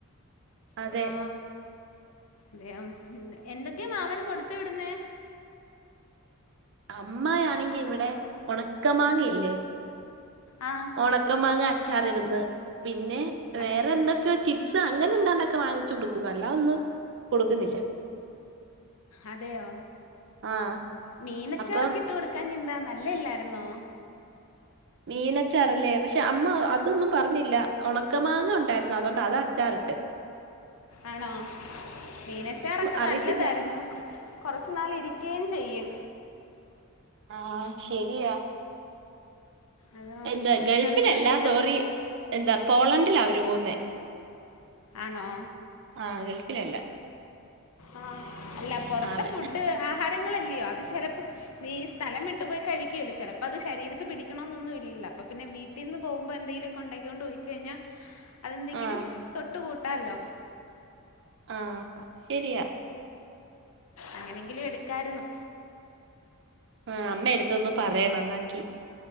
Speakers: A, on the right; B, on the left.
A: അതെ.
B: ആ അതെയോ എന്തൊക്കെയാ മാമന് കൊടുത്തു വിടുന്നേ.
A: അമ്മയാണെങ്കി ഇവിടെ ഉണക്കമാങ്ങയില്ലേ.
B: ആ
A: ഉണക്ക മാങ്ങ അച്ചാർ ഇടുന്ന്. പിന്നെ
B: അതെ
A: വേറെ എന്തൊക്കെയോ ചി സ അങ്ങനെ എന്താണ്ടൊക്കെ വാങ്ങിച്ചു കൊടുക്കുന്നു അല്ല ഒന്നും കൊടുക്കുന്നില്ല.
B: അതെയോ
A: ആഹ്
B: മീനച്ചാറോക്കെ
A: അപ്പം
B: ഇട്ട് കൊടുക്കാഞ്ഞെന്താ നല്ല. ഇല്ല ഇല്ലായിരുന്നോ.
A: മീനച്ചാറല്ലേ പക്ഷെ അമ്മ അതൊന്നും പറഞ്ഞില്ല. ഉണക്ക മാങ്ങ ഉണ്ടായിരുന്നു അതുകൊണ്ട് അത് അച്ചാർ. ഇട്ട്.
B: ആണോ മീനച്ചാറൊക്കെ
A: അറിയത്തില്ല
B: നല്ലതായിരുന്നു. കുറച്ചു നാൾ ഇരിക്കയും ചെയ്യും.
A: ആ ശരിയാ.
B: അത്
A: എന്താ
B: കുറച്ച്
A: ഗൾഫിലല്ല
B: നാൾ ഇരുന്ന് കഴിഞ്ഞാൽ
A: സോറി എന്താ പോളണ്ടിലാ അവര് പോകുന്നേ.
B: ആണോ.
A: ആ ഗൾഫിലല്ല.
B: ആ അല്ല പൊറത്തെ
A: ആണ്
B: ഫുഡ് ആഹാരങ്ങൾ. ല്ല്യോ അത് ചിലപ്പോ നീ സ്ഥലം വിട്ട് പോയി കഴിക്കല്ലേ ചിലപ്പോ അത് ശരീരത്ത് പിടിക്കണന്നൊന്നുല്ല്യ അപ്പൊ പിന്നെ. വീട്ടിന്ന് പോകുമ്പോ എന്തെങ്കിലുക്കെ ഉണ്ടാക്ക്യോണ്ട് പോയി കഴിഞ്ഞാൽ. അതെന്തെങ്കിലും
A: ആഹ്
B: തൊട്ട് കൂട്ടാല്ലോ.
A: ആ അത് ശരിയാ.
B: അങ്ങനെങ്കിലും എടുക്കായിരുന്നു.
A: ആ അമ്മ എടുത്തൊന്നു പറയണം ന്ന എന്കി.